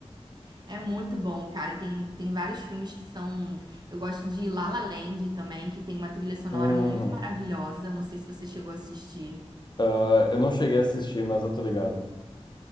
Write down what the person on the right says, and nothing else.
É muito bom, cara. Tem, tem vários filmes que são. Eu gosto de La La Land também, que tem uma trilha sonora
muito maravilhosa. Não sei se você chegou a assistir.